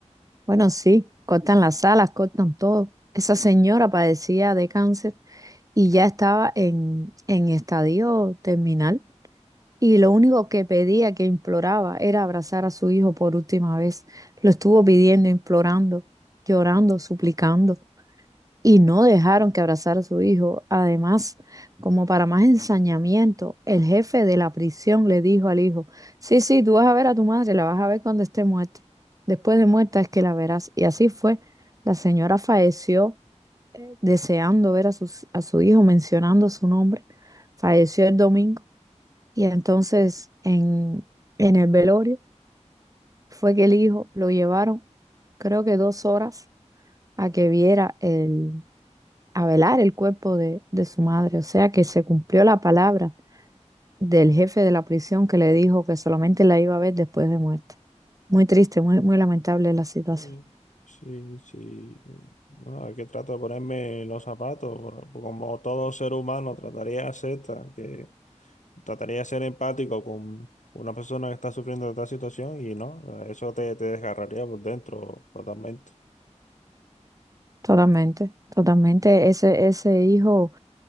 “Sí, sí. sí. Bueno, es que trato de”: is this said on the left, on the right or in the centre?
Left